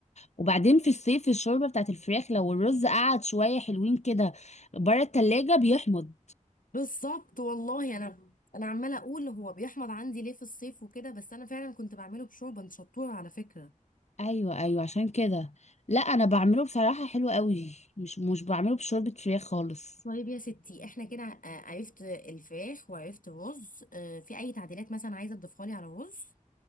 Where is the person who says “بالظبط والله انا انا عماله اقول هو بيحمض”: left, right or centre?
Left